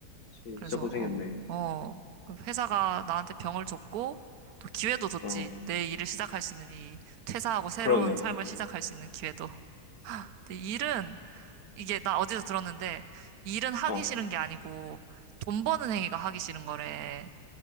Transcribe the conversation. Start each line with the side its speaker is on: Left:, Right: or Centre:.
Left: 진-
Right: 그래서,
Left: 진짜 고생했네.
Right: 어, 어, 그 회사가 나한테 병을 줬고, 또 기회도 줬지.
Left: 어,
Right: 내 일을 시작할 수 있는 이 퇴사하고 새로운
Left: 그러네.
Right: 삶을 시작할 수 있는 기회도. 근데 일은, 이게 나 어디서 들었는데, 일은 하기
Left: 어,
Right: 싫은 게 아니고, 돈 버는 행위가 하기 싫은 거래.